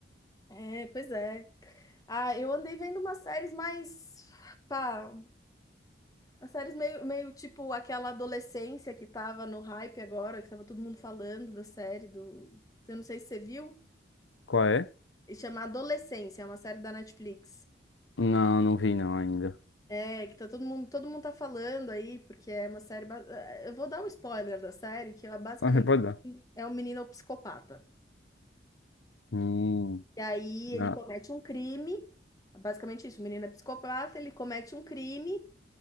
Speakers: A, on the left; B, on the left.
A: É, pois é. Ah, eu andei vendo umas séries mais, pá, umas séries meio, meio tipo aquela adolescência que tava no hype agora, que tava todo mundo falando da série do, eu não sei se você viu,
B: Qual é?
A: e chama Adolescência, é uma série da Netflix.
B: Não, não vi não ainda. <laughs>
A: É, que tá todo mundo, todo mundo tá falando aí, porque é uma série, ba- eh, eu vou dar um spoiler da série, que é basicamente
B: Ah, Pode dar.
A: é um menino psicopata.
B: Hum,
A: E aí ele
B: ah,
A: comete um crime, basicamente isso, o menino é psicopata, ele comete um crime